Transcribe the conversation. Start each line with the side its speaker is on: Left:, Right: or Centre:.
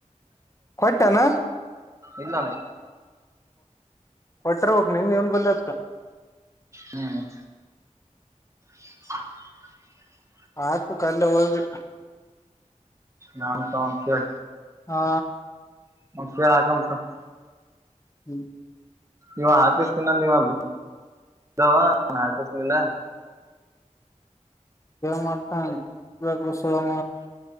Left: ಕೊಟ್ಟೆನ
Right: ಇಲ್ಲ ಅಂತ
Left: ಕೊಟ್ರಿಬಕ್ ನೀನ್ ಏನ ಬಲಿ ಅತ್ತ
Right: ಹ್ಮ <inaudible>
Left: ಹಾಕ್ಬೇಕು ಅಲ್ಲ ಹೋಗಿ.
Right: ನಾಮಕ್ ವಸ್ತೆ
Left: ಹಾ
Right: <unintelligible>
Left: ಹ್ಞೂ
Right: ಇವಾ ಹಾಕಿಸ್ತೀನಂದ ಇವಾ <inaudible> ಬಿದ್ದವ ಇವಾ ಹಾಕಿಸ್ಲಿಲ್ಲ
Left: ಮಾಡ್ತ ಬ ಸು <unintelligible>